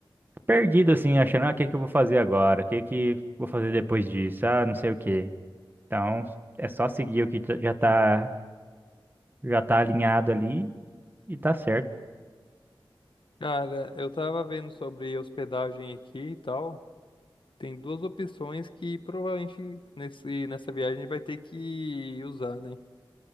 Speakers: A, on the right; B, on the left.
A: perdido assim, achando, ah, o que que eu vou fazer agora? O que que vou fazer depois disso? Ah, não sei o quê. Então, é só seguir o que tá- já tá, já tá alinhado ali e tá certo
B: Cara, eu tava vendo sobre hospedagem aqui e tal. Tem duas opções que provavelmente nesse, nessa viagem vai ter que usar, né?